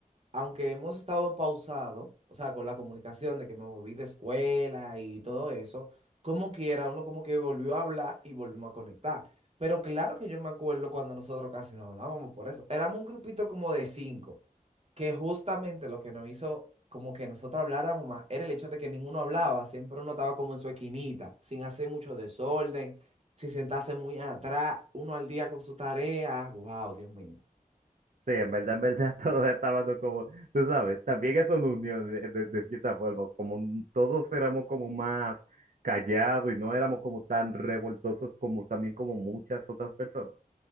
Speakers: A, on the right; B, on the right.
A: aunque hemos estado pausado, o sea, con la comunicación de que me moví de escuela y todo eso, como quiera, uno como que volvió a hablar y volvimos a conectar. Pero claro que yo me acuerdo cuando nosotros casi no hablábamos por eso. Éramos un grupito como de cinco que justamente lo que nos hizo como que nosotros habláramos más era el hecho de que ninguno hablaba, siempre uno estaba como en su esquinita, sin hacer mucho desorden, sin sentarse muy atrás, uno al día con su tarea. Wow, Dios mío.
B: Sí, en verdad, en verdad, <laughs> todos estábamos como, tú sabes, también es una unión de, de- de cierta forma, como n- todos éramos como más callados y no éramos como tan revoltosos como también como muchas otras personas.